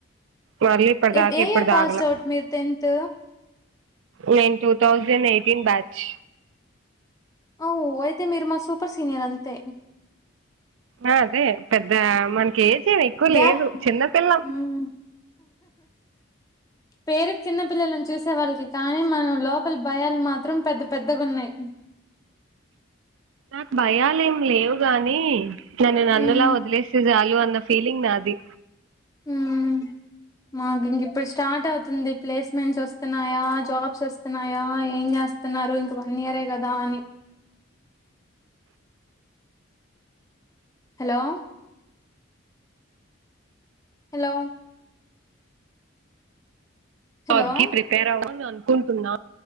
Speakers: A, on the right; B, on the left.
A: మళ్ళీ ఇప్పటి
B: ఏ
A: దాకా ఎప్పుడు
B: ఇయర్ పాస్
A: తాగల
B: అవుట్ మీరు టెన్త్
A: నేన్ టూ థౌజండ్ ఎయిటీన్ బ్యాచ్
B: అవును అయితే మీరు మా సూపర్ సీనియర్ అంతే
A: <inaudible> పెద్ద మనకి ఏం ఎక్కువ
B: గ్యాప్
A: లేదు చిన్నపిల్లం
B: మ్మ్ పేరు చిన్న పిల్లలను చూసే వాళ్ళకి కానీ మనం లోపల భయాలు మాత్ త్రం పెద్ద పెద్దగా ఉన్నాయి
A: నాకు భయాలేమి లేవు గాని నన్ను నన్నులా
B: హ్మ్
A: వదిలేసే చాలు ఇవన్న ఫీలింగ్ నాది
B: మ్మ్ మాకు ఇంక ఇప్పుడు స్టార్ట్ అవుతుంది ప్లేస్మెంట్స్ వస్తున్నాయా జాబ్స్ వస్తున్నాయా ఏం చేస్తు న్నారు ఇంక వన్ ఇయరే కదా అని
A: అ
B: హలో హలో హలో
A: జాబ్ కి ప్రిపేర్ <inaudible> అనుకుంటున్నా